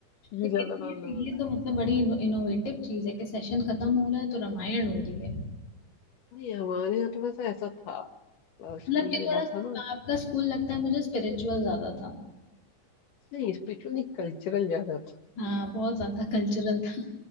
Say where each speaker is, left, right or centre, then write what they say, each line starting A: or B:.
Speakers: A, on the left; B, on the left.
A: ये
B: लेकिन
A: चलता था
B: ये
A: हम लोगों
B: ये
A: का
B: तो मतलब बड़ी इनो, इनोवेटिव चीज है कि सेशन खत्म हो रहा है तो रामायण हो रही है
A: नहीं हमारे यहाँ थोड़ा सा ऐसा था
B: मतलब
A: स्कूल
B: कि
A: मेरा
B: थोड़ा
A: था ना
B: आपका स्कूल लगता है मुझे स्पिरिचुअल ज्यादा था
A: नहीं स्पिरिचुअली कल्चरल ज्यादा था
B: हाँ बहुत ज्यादा कल्चरल था